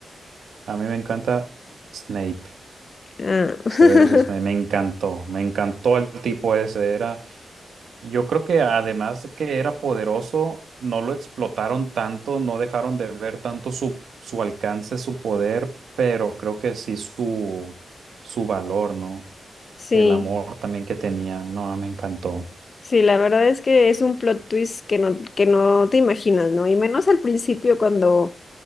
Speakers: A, on the right; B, on the left.
A: A mí me encanta Snape,
B: Ah,
A: Severus Snape. Me encantó, me encantó el tipo ese. Era Yo creo que además de que era poderoso, no lo explotaron tanto, no dejaron de ver tanto su, su alcance, su poder, pero creo que sí su, su valor, ¿no?
B: <laughs> sí.
A: El amor también que tenía, no, me encantó.
B: Sí, la verdad es que es un plot twist que no, que no te imaginas, ¿no? Y menos al principio cuando,